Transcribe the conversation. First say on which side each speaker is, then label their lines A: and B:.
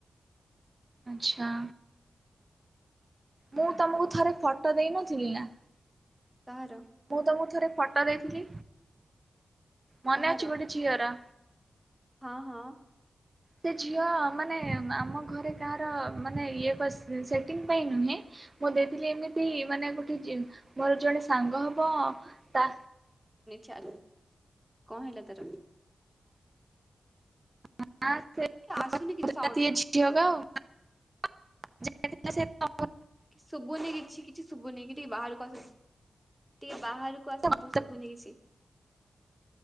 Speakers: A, on the right; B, in the centre.
A: ଆଚ୍ଛା। ମୁଁ ତମକୁ ଥରେ ଫଟୋ ଦେଇ ନଥିଲି ନା।
B: କାହାର
A: ମୁଁ ତମକୁ ଥରେ ଫଟୋ ଦେଇଥିଲି। ମନେ
B: କାହାର
A: ଅଛି ଗୋଟେ ଝିଅର?
B: ହଁ ହଁ
A: ସେ ଝିଅ ମାନେ ଆମ ଘରେ କାହାର ମାନେ ଇଏ ଏକ ସେଟିଙ୍ଗ ପାଇଁ ନୁହେଁ। ମୁଁ ଦେଇଥିଲି ଏମିତି ମାନେ ଗୋଟେ ମୋର ଜଣେ ସାଙ୍ଗ ହବ ତା
B: ଚାଲ କଣ ହେଲା ତାର?
A: <unintelligible>
B: ଆସୁନି କିଛି ସାଉଣ୍ଡ ଶୁଭୁନି କିଛି କିଛି ଶୁଭୁନି କି ଟିକେ ବାହାରକୁ ଆସ ଟିକେ ବାହାରକୁ ଆସନ୍ତୁ
A: ମୁଁ
B: ଶୁଭୁନି କିଛି।